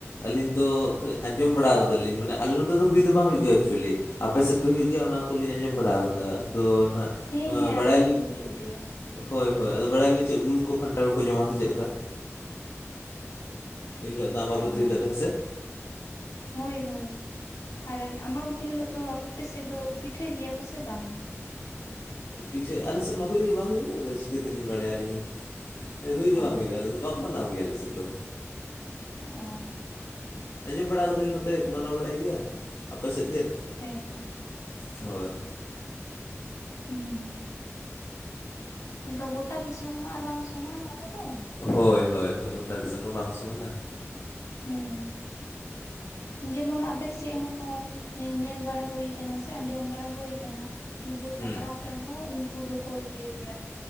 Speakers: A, on the left (about 65°); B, on the left (about 80°).
A: ᱟᱹᱞᱤᱧ ᱫᱚ ᱠᱷᱟᱹᱞᱤ ᱟᱸᱡᱚᱢ ᱵᱟᱲᱟᱣ ᱠᱟᱫᱟ ᱞᱤᱧ ᱢᱟᱱᱮᱼᱼ ᱟᱞᱮ ᱱᱚᱛᱮ ᱫᱚ ᱦᱩᱭ ᱫᱚ ᱵᱟᱝ ᱦᱩᱭᱩᱜ ᱜᱮᱭᱟ ᱮᱠᱪᱩᱞᱤ ᱟᱯᱮ ᱥᱮᱫ ᱜᱮ ᱦᱩᱭᱩᱜ ᱜᱮᱭᱟ ᱚᱱᱟ ᱠᱩ ᱞᱤᱧ ᱟᱸᱡᱚᱢ ᱵᱟᱲᱟᱣ ᱠᱟᱫᱟ ᱟᱫᱚ ᱱᱟᱦᱟᱸᱜᱼᱼ
B: ᱦᱮᱸ
A: ᱚᱸ
B: ᱦᱮᱸ ᱟᱞᱮ
A: ᱵᱟᱲᱟᱭ
B: ᱥᱮᱫ
A: ᱞᱤ
B: ᱫᱚ ᱦᱩᱭᱩᱜ ᱜᱮᱭᱟ᱾
A: ᱦᱚᱭ ᱦᱚᱭ ᱟᱫᱚ ᱵᱟᱲᱟᱭ ᱞᱟᱹᱭ ᱪᱮᱜ ᱩᱞ ᱠᱚ ᱠᱟᱷᱱᱴᱟᱲ ᱠᱚ ᱡᱚᱢᱟ ᱥᱮ ᱪᱮᱜ ᱞᱮᱠᱟ᱾ ᱮᱱᱦᱤᱞᱚᱜ ᱫᱟᱜ ᱵᱟᱵᱮᱱ
B: ᱚ
A: ᱛᱟᱸᱜᱤ ᱞᱮᱫᱟ ᱦᱮᱸ ᱥᱮ
B: ᱦᱳᱭ ᱦᱳᱭ ᱟᱨ ᱟᱢᱵᱟᱵᱚᱛᱤ ᱦᱤᱞᱚᱜ ᱫᱚ ᱟᱯᱮ ᱥᱮᱫ ᱫᱚ ᱯᱤᱴᱷᱟᱹᱭ ᱜᱮᱭᱟ ᱠᱚ ᱥᱮ ᱵᱟᱝᱟ
A: ᱯᱤᱴᱷᱟᱹ ᱟᱞᱮ ᱥᱮᱫ ᱢᱟ ᱦᱩᱭᱩᱜ ᱜᱮ ᱵᱟᱝ ᱦᱩᱭᱩᱜᱼᱟ ᱟᱫᱚ ᱪᱤᱠᱟᱹ ᱛᱮᱞᱮᱧ ᱵᱟᱲᱟᱭᱟ ᱟᱹᱞᱤᱧ ᱢᱟ ᱦᱮᱸ ᱦᱩᱭ ᱜᱮ
B: ᱚ
A: ᱵᱟᱝ ᱦᱩᱭᱩᱜᱼᱟ ᱟᱞᱮ ᱫᱚ ᱵᱟᱠᱚ ᱢᱟᱱᱟᱣ ᱜᱮᱭᱟ ᱟᱞᱮ ᱥᱮᱫ ᱫᱚ
B: <unintelligible>
A: ᱟᱸᱡᱚᱢ ᱵᱟᱲᱟ ᱠᱟᱫᱟᱹᱧ ᱱᱚᱛᱮ ᱠᱚ ᱢᱟᱱᱟᱣ ᱵᱟᱲᱟᱭ ᱜᱮᱭᱟ ᱟᱯᱮ ᱥᱮᱫ ᱜᱮ
B: ᱦᱮᱸ ᱛᱚ
A: ᱦᱳᱭ
B: ᱦᱩᱸ ᱦᱮᱸᱛᱚ ᱜᱳᱴᱟ ᱫᱤᱥᱚᱢ ᱟᱨ ᱵᱟᱝ ᱥᱚᱢᱟᱱᱟ ᱟᱵᱚ ᱫᱚ᱾
A: ᱦᱳᱭ ᱦᱳᱭ ᱦᱳᱭ ᱜᱳᱴᱟ ᱫᱤᱥᱚᱢ ᱢᱟ ᱵᱟᱝ ᱥᱚᱢᱟᱱᱟ᱾
B: ᱦᱮᱸ ᱡᱮᱢᱚᱱ ᱟᱫᱷᱮᱠ ᱥᱮᱫ ᱦᱚᱸ ᱧᱮᱞ ᱵᱟᱲᱟ ᱦᱩᱭ ᱟᱠᱟᱱᱟ ᱥᱮ ᱟᱸᱡᱚᱢ ᱵᱟᱲᱟ ᱦᱩᱭ ᱟᱠᱟᱱᱟ᱾ ᱠᱤ ᱡᱮ
A: ᱦᱩᱸ
B: ᱥᱟᱠᱨᱟᱛ ᱨᱮᱦᱚᱸ ᱩᱱᱠᱩ ᱫᱚᱠᱚ ᱤᱭᱟᱹᱭ ᱜᱮᱭᱟ